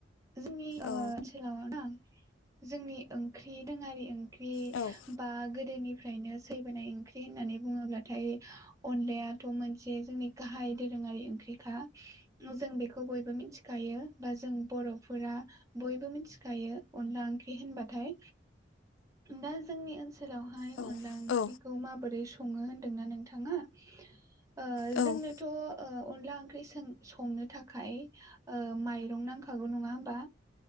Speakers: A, on the right; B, on the left.
A: जोंनि ओ
B: औ
A: ओनसोलाव ना जोंनि ओंख्रि दोङारि ओंख्रि
B: औ
A: बा गोदोनि फ्रायनो सैबोनाय ओंख्रै होननानै बुङोब्लाथाय अनलायाथ' मोन से जोंनि गाहाय दोरोङारि ओंख्रिखा जों बेखौ बयबो मोनथिखायो बा जों बर'फोरा बयबो मोनथिखायो अनला ओंख्रि होनबाथाय दा जोंनि ओनसो लावहाय
B: औ
A: अनला ओंख्रिखौ
B: औ
A: माबोरै सङो होनदोंना नोंथाङा ओ
B: औ
A: जोंनोथ' ओ अनला ओंख्रि सों संनो थाखाय ओ माइरं नांखागौ नङा होमबा